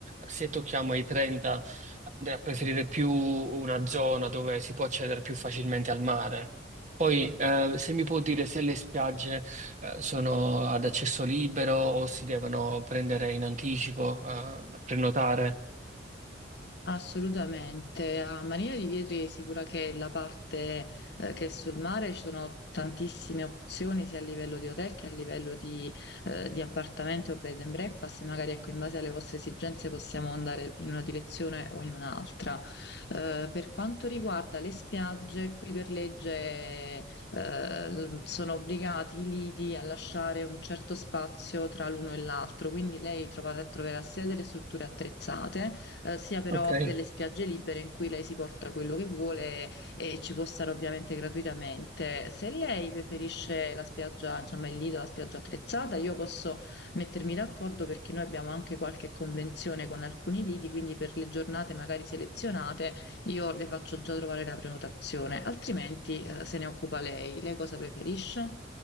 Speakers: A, on the right (about 40°); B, on the left (about 60°).
A: se tocchiamo i 30, andrei a preferire più una zona dove si può accedere più facilmente al mare. Poi, eh, se mi può dire se le spiagge, eh, sono ad accesso libero o si devono prendere in anticipo, eh, prenotare.
B: Assolutamente, a Marina di Vietri è sicura che la parte eh, che è sul mare ci sono tantissime opzioni sia a livello di hotel che a livello di, eh, di appartamenti o bed and breakfast, magari ecco, in base alle vostre esigenze possiamo andare in una direzione o in un'altra. Eh, per quanto riguarda le spiagge, qui per legge eh, sono obbligati i lidi a lasciare un certo spazio tra l'uno e l'altro, quindi lei troverà, troverà sia delle strutture attrezzate eh, sia però
A: Ok.
B: delle spiagge libere in cui lei si porta quello che vuole e ci può stare ovviamente gratuitamente. Se lei preferisce la spiaggia, insomma il lido, la spiaggia attrezzata, io posso mettermi d'accordo perché noi abbiamo anche qualche convenzione con alcuni lidi, quindi per le giornate magari selezionate io le faccio già trovare la prenotazione, altrimenti eh, se ne occupa lei. Lei cosa preferisce?